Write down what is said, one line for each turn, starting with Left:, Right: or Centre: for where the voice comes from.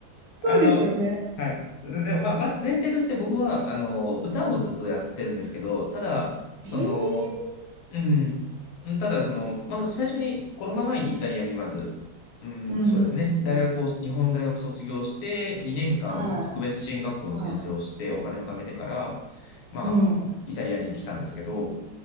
Right: そうですよね。
Left: あの、はい。でも、まあ、まず前提として僕は、あの、歌をずっとやってるんですけど、
Right: うん。
Left: ただ、その、
Right: ええ
Left: うん、うんただ、その、まあ、最初にコロナ前にイタリアにまず、うん、
Right: うんうんうんうん。
Left: そうですね。大学を、日本大学卒業して、2年間特別支援学校の先生をして、
Right: はい、は
Left: お金を貯めてから、まあ、
Right: い。うん。
Left: イタリアに来たんですけど、